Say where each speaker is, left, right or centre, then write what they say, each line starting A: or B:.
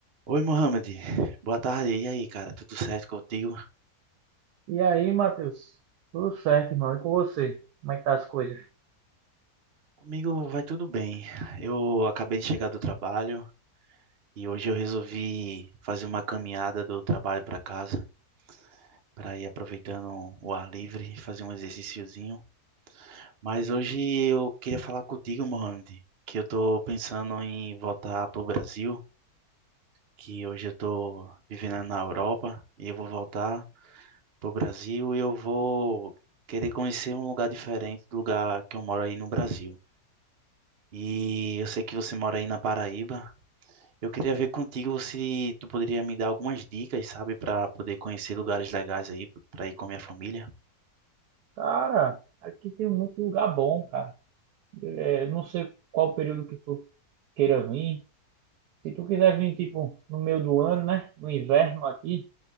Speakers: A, on the right; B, on the right.
A: Oi, Mohamed. Boa tarde. E aí, cara? Tudo certo contigo?
B: E aí, Matheus? Tudo certo, irmão? E com você? Como é que tá as coisas?
A: Comigo vai tudo bem. Eu acabei de chegar do trabalho e hoje eu resolvi fazer uma caminhada do trabalho para casa, para ir aproveitando o ar livre, e fazer um exercíciozinho. Mas hoje eu queria falar contigo, Mohamed, que eu tô pensando em voltar pro Brasil, que hoje eu tô vivendo na Europa e eu vou voltar pro Brasil e eu vou querer conhecer um lugar diferente do lugar que eu moro aí no Brasil. E eu sei que você mora aí na Paraíba. Eu queria ver contigo se tu poderia me dar algumas dicas, sabe, para poder conhecer lugares legais aí para ir com a minha família.
B: Cara, aqui tem muito lugar bom, cara. É, eu não sei qual período que tu queira vir. Se tu quiser vir, tipo, no meio do ano, né? No inverno aqui,